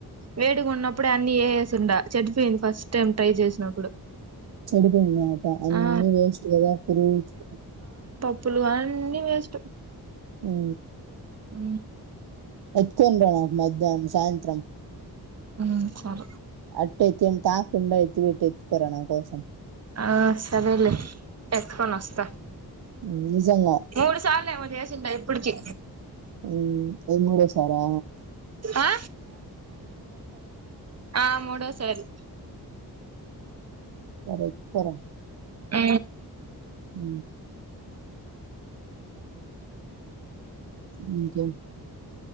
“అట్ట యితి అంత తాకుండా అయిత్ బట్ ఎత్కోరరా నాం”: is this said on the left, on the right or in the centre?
Right